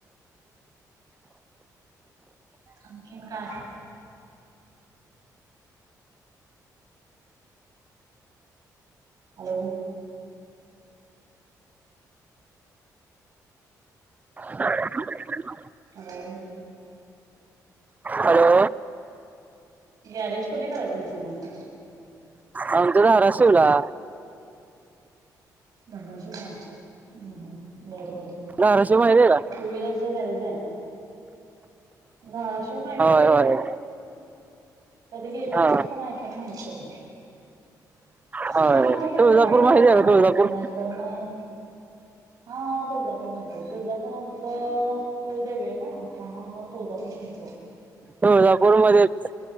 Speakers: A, on the right; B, on the right.
A: आणखीन काय? हॅलो
B: <inaudible>
A: हॅलो
B: हॅलो
A: गॅरेज कोणीकड आहे तुमच मग?
B: आमचं धाराशिवला.
A: धाराशिवला हाय, हं हं, बर बर
B: धाराशिव माहितीय का?
A: टू व्हीलरच गॅरेज आहे, धाराशिव माहित
B: होय
A: आहे.
B: होय
A: कधी गेलो
B: हा
A: नाही पण ऐकून माहीती हाय.
B: होय
A: कोण आमचं तिकडे
B: तुळजापूर
A: नाही हो
B: माहिती
A: पाहुणं
B: आहे का
A: वगैरे
B: तुळजापूर
A: नाही तर मग हा तुळजापूर माहित आहे तुळजापूर आमचं कुळदेवी आहे ना, त्यामुळ तुळजापूर माहिती आहे.
B: तुळजापूर मध्येच